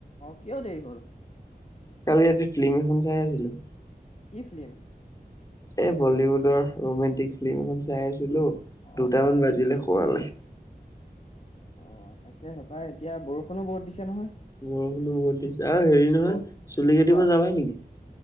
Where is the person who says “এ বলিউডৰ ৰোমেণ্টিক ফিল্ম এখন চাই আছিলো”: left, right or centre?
Left